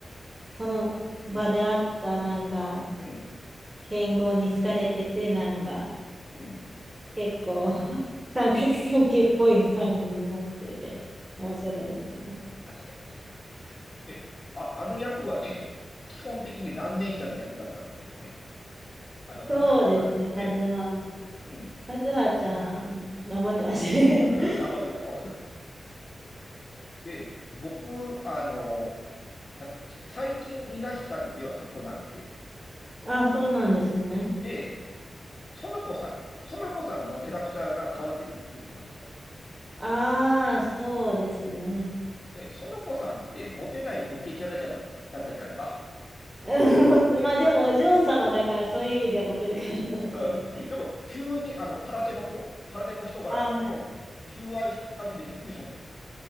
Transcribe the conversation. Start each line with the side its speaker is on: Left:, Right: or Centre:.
Right: その場であった、
Left: うん、
Right: なんか、
Left: うん、
Right: 剣豪に好かれてて、なんか、
Left: うん、うん。
Right: 結構 <laughs> 三角関係っぽい感じになってて、面白かったですけどね。
Left: 確かに確かに。ね、ああの役はね、基本的にラネ姉ちゃんの役だったんですけどね、あの三角関係ですね。
Right: そうですね、カズハ、
Left: うん、
Right: カズハちゃん、頑張ってましたね。
Left: <laughs>
Right: <laughs>
Left: 頑張ってたの。<laughs> で、僕、あの、最近見出したんですよ、あそこなんて。
Right: あ、そうなんですね。
Left: で、園子さん、園子さんのキャラクターが変わっててびっくりしました。
Right: ああ、そうですね。
Left: ね、園子さんってモテないボケキャラだっただったじゃないですか。
Right: <laughs> うんもつまあでもお嬢様だからそういう意味ではモテるかなっていう。
Left: うん、でも、急にあの空手の子、空手の人からもう求愛されててびっくりしました。
Right: あー、はい。